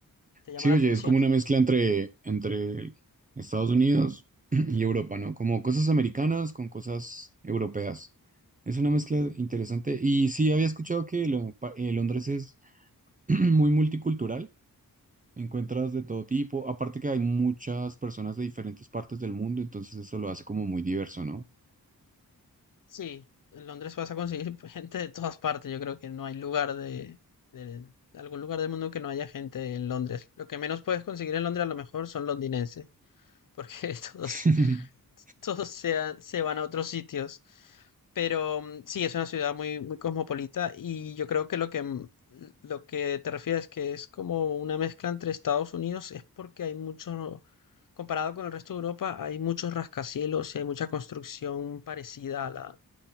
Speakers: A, on the left (about 60°); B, on the right (about 20°).
A: ¿Te llama
B: Sí,
A: la
B: oye,
A: atención?
B: es como una mezcla entre, entre Estados Unidos <clears throat> y Europa, ¿no? Como cosas americanas con cosas europeas. Es una mezcla interesante. Y sí, había escuchado que lo- pa- eh, Londres es <clears throat> muy multicultural. Encuentras de todo tipo. Aparte que hay muchas personas de diferentes partes del mundo, entonces eso lo hace como muy diverso, ¿no?
A: Sí, en Londres vas a conseguir <laughs> gente de todas partes. Yo creo que no hay lugar de, de- de algún lugar del mundo que no haya gente en Londres. Lo que menos puedes conseguir en Londres a lo mejor son londinenses, porque <laughs> todos
B: <laughs>
A: todos <laughs> se, se van a otros sitios. Pero mm, sí, es una ciudad muy, muy cosmopolita y yo creo que lo que, mm, lo que te refieres que es como una mezcla entre Estados Unidos es porque hay mucho, comparado con el resto de Europa, hay muchos rascacielos y hay mucha construcción parecida a la,